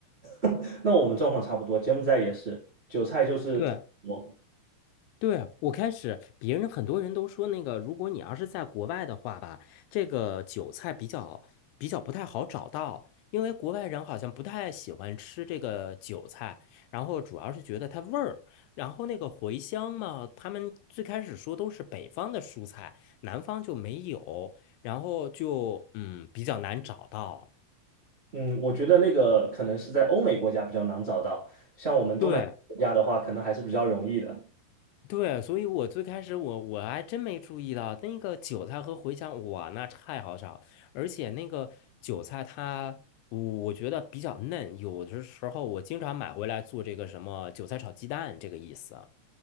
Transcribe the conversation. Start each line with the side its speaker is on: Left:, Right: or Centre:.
Right: <laughs> 那我们状况差不多，柬埔寨也是，韭菜就是特别多
Left: 对。对，我开始，别人很多人都说那个，如果你要是在国外的话吧，这个韭菜比较比较不太好找到，因为国外人好像不太喜欢吃这个韭菜，然后主要是觉得它味儿，然后那个茴香嘛，他们最开始说都是北方的蔬菜，南方就没有，然后就嗯比较难找到。
Right: 嗯，我觉得那个可能是在欧美国家比较难找到，像我们东南亚国家的话，
Left: 对。
Right: 可能还是比较容易的
Left: 对，所以我最开始我我还真没注意到那个韭菜和茴香，哇，那太好炒，而且那个韭菜它，我我觉得比较嫩，有的时候我经常买回来做这个什么韭菜炒鸡蛋这个意思。